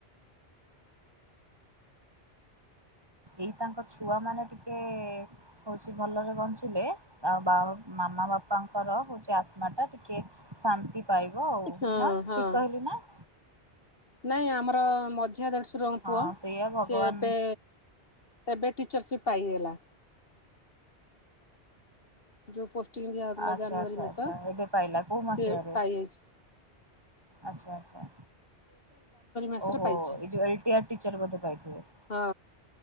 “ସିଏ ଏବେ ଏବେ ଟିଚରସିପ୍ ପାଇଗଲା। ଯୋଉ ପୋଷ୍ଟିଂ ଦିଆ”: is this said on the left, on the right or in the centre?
Left